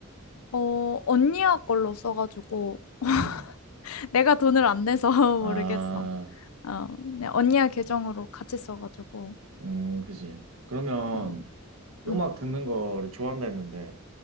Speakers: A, on the left; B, on the right.
A: 어, 언니야 걸로 써가지고
B: 음,
A: <laughs> 내가 돈을 안 내서 <laughs>
B: 아,
A: 모르겠어. 어, 그냥 언니야 계정으로 같이 써가지고.
B: 음, 그지. 그러면
A: 어,
B: 음악
A: 음,
B: 듣는 거를 좋아한다 했는데,